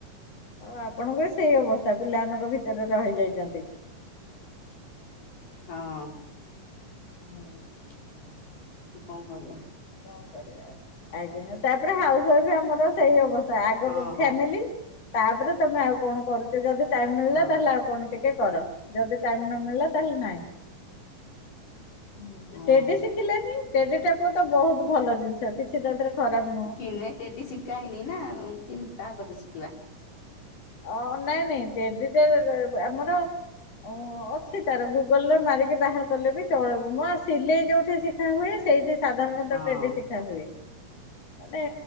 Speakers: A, on the left; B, on the left.
A: ଆଉ ଆପଣଙ୍କ ବି ସେଇ ଅବସ୍ଥା ପିଲାମାନଙ୍କ ଭିତରେ ରହି ଯାଇଛନ୍ତି।
B: ହଁ।
A: ହୁଁ
B: ଆଉ କଁ କରିବା।
A: କଁ କରିବା ଆଉ ଆଜ୍ଞା ତାପରେ ହାଉସ ୱାଇଫ ଆମର ସେଇ ଅବସ୍ ଆଗ
B: ହଁ
A: ତ ଫ୍ୟାମିଲି
B: ହଁ
A: ତାପରେ ତମେ ଆଉ କଣ କରୁଛ ଯଦି ଟାଇମ ମିଳିଲା
B: ହଁ
A: ତାହେଲେ ଆଉ। କଣ ଟିକେ କର ଯଦି ଟାଇମ ନ ମିଳିଲା ତାହେଲେ ନହିଁ। ହୁଁ
B: ହଁ।
A: ଟେଡି ଶିଖିଲେନି ଟେଡି ଟା। ତ ବହୁତ ଭଲ ଜିନିଷ କିଛି ତା ଦେହରେ ଖରାପ ନୁହଁ।
B: ହୁଁ ନାଇ ଟେଡ଼ି ସି ଖା ହେଇନି ନା କିନ୍ତ୍ କାହା ପାଖୁ ଶିଖିବା।
A: ଅ ନାଇଁ ନାଇଁ ଟେଡି ଟା ଏ ଏ ଆମର। ଉଁ ଅଛି ତାର ଗୁଗଲ ରେ ମାରିକି ବାହାର କଲେ ବି ଚଳିବ ମୁଁ ବା ସିଲେଇ ଯୋଉଠି ସି ଖା ହୁଏ ସେଇଠି ସାଧାରଣତଃ
B: ହଁ
A: ଟେଡି ସି ଖା ହୁଏ ମାନେ